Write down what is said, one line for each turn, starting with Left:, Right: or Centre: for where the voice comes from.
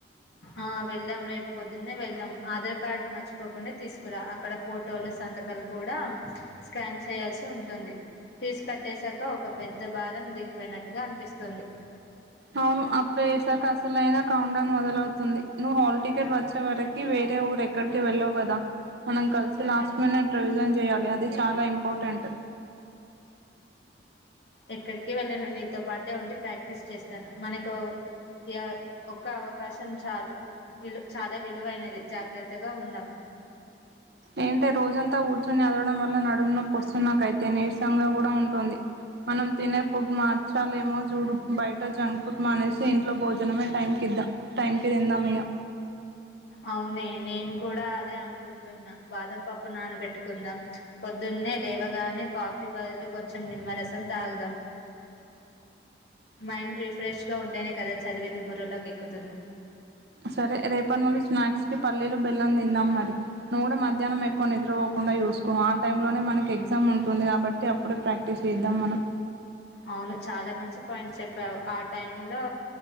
Left: ఆ వెళ్దాం రేపు పొద్దున్నే వెళ్దాం ఆధార్ కార్డు మర్చిపోకుండా తీసుకురా. అక్కడ ఫోటోలు సంతకాలు కూడా స్కాన్ చేయాల్సి ఉంటుంది. ఫీజ్ కటేసాక ఒక పెద్ద భారం దిగిపోయినట్టుగా అనిపిస్తుంది.
Right: అవును అప్పుడే ఏడ్సాక అసలైన కౌండ మొద దలవుతుంది నువ్ హాల్ టికెట్ వచ్చే వరకి వేరే ఊరు ఎక్కడికి వెళ్ళవు కదా. మనం కలిసి లాస్ట్ మినిట్ రివిజన్ చేయాలి. అది చాలా ఇంపార్టెంట్.
Left: ఎక్కడికి వెళ్ళను నీతో పాటే ఉండి ప్రాక్టీస్ చేస్తా స్థను మనకో ఇగ ఒక అవకాశం చాలు విలు చాలా విలువైనది. జాగ్రత్తగా ఉందాం.
Right: ఏంటో రోజంతా కూర్చొని అరవడం వల్ల నడుము నొప్పోపొస్తుంది నాకైతే నీరసంగా కూడా ఉంటుంది. మనం తినే ఫుడ్ మార్చాలేమో చూడు బయట జంక్ ఫుడ్ మానేసి ఇంట్లో భోజనమే టైంకి ఇద్దాం టైంకి తిందామ్ ఇగా
Left: అవునే నేను కూడా అదే అనుకుంటున్నా. బాదం పప్పు నానబెట్టుకుందాం, పొద్దున్నే లేవగానే కాఫీ బదులు కొంచెం నిమ్మరసం తాగుదాం. మైండ్ రిఫ్రెష్గా ఉంటేనే కదా చదివింది బుర్రలోకి ఎక్కుతుంది.
Right: సరే రేపటి నుండి స్నాక్స్కి పల్లీలు బెల్లం తిందాం. మరి నువు కూడా మధ్యాహ్నం ఎక్కువ నిద్రపోకుండా చూసుకో. ఆ టైంలోనే మనకి ఎగ్జామ్ ఉంటుంది కాబట్టి అప్పుడే ప్రాక్టీస్ చేద్దాం మనం.
Left: అవును చాలా మంచి పాయింట్స్ చెప్పావు ఆ టై లో